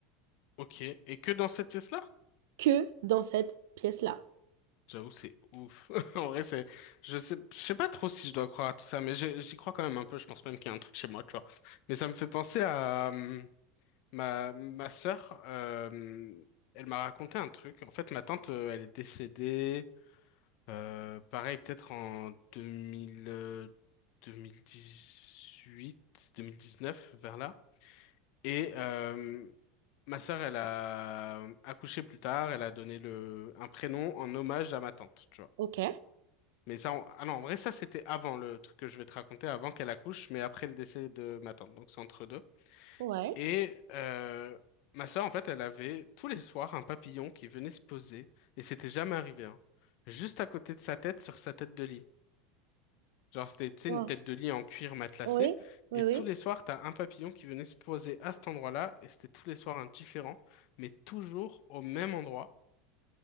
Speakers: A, on the left; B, on the right.
A: Ok. Et que dans cette pièce-là?
B: Que dans cette pièce-là.
A: J'avoue, c'est ouf. <laughs> En vrai, c'est... Je sais... je sais pas trop si je dois croire à tout ça, mais j'ai- j'y crois quand même un peu. Je pense même qu'il y a un truc chez moi, tu vois. Mais ça me fait penser à... hum, Ma, ma sœur, euh, elle m'a raconté un truc. En fait, ma tante, euh, elle est décédée, euh, pareil, peut-être en 2000, euh, dix neuf vers là. Et euh, ma sœur, elle a accouché plus tard, elle a donné le, un prénom en hommage à ma tante, tu vois.
B: Ok.
A: Mais ça, en- ah non, en vrai, ça, c'était avant le truc que je vais te raconter, avant qu'elle accouche, mais après le décès de ma tante. Donc, c'est entre deux.
B: Ouais.
A: Et euh, ma sœur, en fait, elle avait tous les soirs un papillon qui venait se poser, et c'était jamais arrivé, hein, juste à côté de sa tête, sur sa tête de lit. Genre, c'était, tu sais,
B: Ouais.
A: une tête de lit en cuir matelassé,
B: Oui. Oui,
A: et
B: oui.
A: tous les soirs, t'as un papillon qui venait se poser à cet endroit-là, et c'était tous les soirs un différent, mais toujours au même endroit.